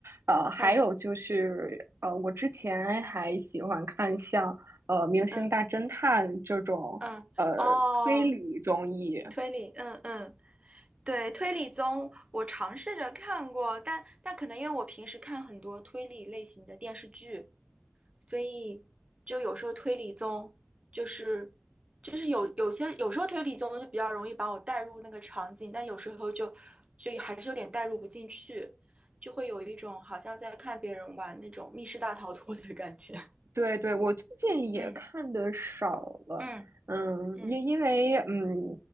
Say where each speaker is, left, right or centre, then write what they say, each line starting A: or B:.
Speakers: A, on the right (about 80°); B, on the right (about 30°).
A: 呃，还有就是呃，
B: 嗯
A: 我之前还喜欢看像呃《明星大侦探》这种呃推理综艺。
B: 嗯嗯，哦，推理，嗯嗯。对，推理综我尝试着看过，但但可能因为我平时看很多推理类型的电视剧，所以就有时候推理综就是就是有有些有时候推理综就比较容易把我带入那个场景，但有时候就就还是有点带入不进去，就会有一种好像在看别人玩那种密室大逃脱的感觉。<laughs>
A: 对对，我最近也看的少了，
B: 嗯嗯
A: 嗯，
B: 嗯
A: 因因为嗯，